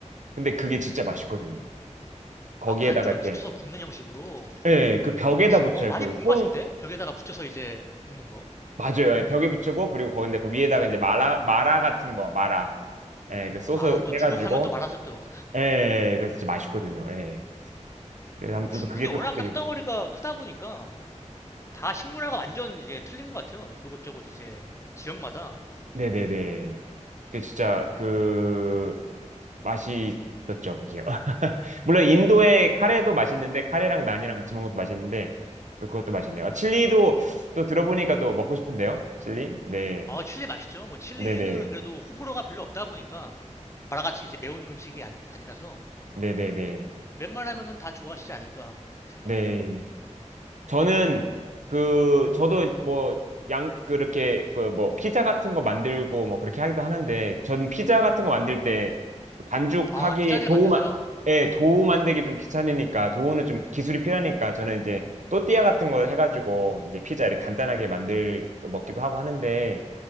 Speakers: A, on the right; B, on the left.
A: 근데 그게 진짜 맛있거든요. 거기에다가
B: 아 반죽을
A: 이렇게
B: 붙여서 굽는 형식으로.
A: 예, 그 벽에다 붙여요.
B: 어 많이
A: 그
B: 본
A: 통
B: 것 같은데 벽에다가 붙여서 이제 굽는 거.
A: 맞아요. 예, 벽에 붙이고 그리고 거기다 그 위에다가 이제 마라 마라 같은 거 마라 예, 그 소스
B: 아
A: 이렇게
B: 또 중국
A: 해가지고
B: 하면 또 말하죠 또.
A: 예, 예, 그래서 진짜 맛있거든요. 예. 그래서 아무튼
B: 중국이
A: 또 그게
B: 워낙
A: 또 갑자기
B: 땅덩어리가 크다 보니까 다 식문화가 완전 이제 틀린 것 같아요. 요것저것 이제 지역마다.
A: 네네네. 그 진짜 그 맛있었죠, 그게요. <laughs> 물론 인도의 카레도 맛있는데 카레랑 난이랑 같이 먹는 것도 맛있는데 또 그것도 맛있네요. 아, 칠리도 또 들어보니까 또 먹고 싶은데요. 칠리? 네.
B: 아, 칠리 맛있죠. 뭐 칠리는
A: 네네.
B: 그래도 호불호가 별로 없다 보니까 마라같이 이제 매운 음식이 아니, 아니라서
A: 네네네.
B: 웬만하면은 다 좋아하시지 않을까 이렇게 생각하거든요.
A: 네. 저는 그 저도 뭐 양 그렇게 그 뭐 피자 같은 거 만들고 뭐 그렇게 하기도 하는데 저는 피자 같은 거 만들 때그 반죽하기
B: 아, 피자를
A: 도우
B: 만드세요?
A: 만 예, 도우 만들기 좀 귀찮으니까 도우는 좀 기술이 필요하니까 저는 이제 또띠아 같은 거 해가지고 이제 피자 이렇게 간단하게 만들 먹기도 하고 하는데